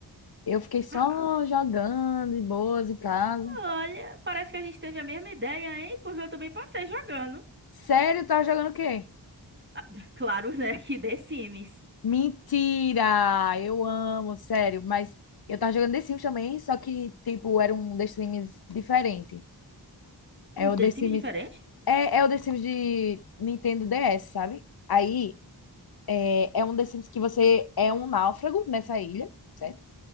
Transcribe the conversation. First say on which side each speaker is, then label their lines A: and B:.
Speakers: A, on the left; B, on the right.
A: Eu fiquei só
B: Ah,
A: jogando de boas em casa.
B: olha, parece que a gente teve a mesma ideia, hein? Porque eu também passei jogando.
A: Sério, tava jogando o quê?
B: Ah, <laughs> claro, né, que The Sims.
A: Mentira! Eu amo, sério, mas eu tava jogando The Sims também, só que, tipo, era um The Sims diferente. É
B: Hum,
A: o
B: The
A: The
B: Sims
A: Sims.
B: diferente?
A: É, é o The Sims de Nintendo DS, sabe? Aí é, é um The Sims que você é um náufrago nessa ilha. certo?